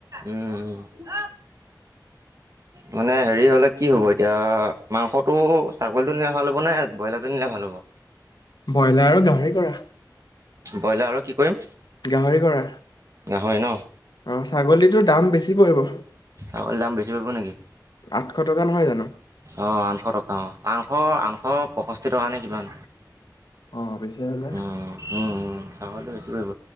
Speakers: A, on the right; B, on the left.
A: ওম।
B: <inaudible>
A: মানে হেৰি হলে কি হ'ব এতিয়া মাংসটো ছাগলীটোলে নিলে ভাল হ'ব নে বইলাৰ জনিলে ভাল হ'ব। হব।
B: বইলাৰ আৰু গাঁহৰি কৰা
A: বইলাৰ আৰু কি কৰিম
B: গাঁহৰি কৰা
A: গাহৰি ন
B: অ ছাগলীটো দাম বেছি পৰিব।
A: অকল দাম বেছি পাব নেকি?
B: আঠশ টকা নহয় জানোঁ।
A: অঁ আঠশ টকা অঁ আঠশ আঠশ পঁয়ষষ্ঠি টকা নে কিমান।
B: অ বেছি হলে
A: উম উম ছাগলীটো বেছি পৰিব